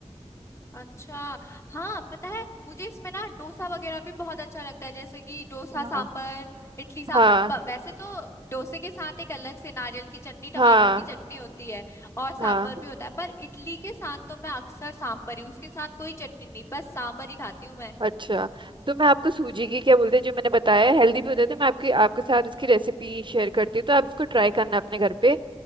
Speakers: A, on the left; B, on the right.
A: अच्छा हाँ पता है मुझे इसमें ना डोसा वगैरह भी बहुत अच्छा लगता है जैसे कि डोसा
B: हाँ
A: सांबर इडली सांबर
B: हाँ
A: वैसे तो डोसे के साथ एक अलग से नारियल की चटनी टमाटर
B: हाँ
A: की चटनी होती है और सांबर
B: हाँ
A: भी होता है पर इडली के साथ तो मैं अक्सर सांबर ही उसके साथ कोई चटनी नहीं बस सांबर ही खाती हूँ मैं
B: अच्छा तो मैं आपको सूजी की क्या बोलते हैं जो मैंने बताया हेल्दी भी होते थे मैं आपकी आपके साथ इसकी रेसिपी शेयर करती हूँ तो आप इसको ट्राई करना अपने घर पे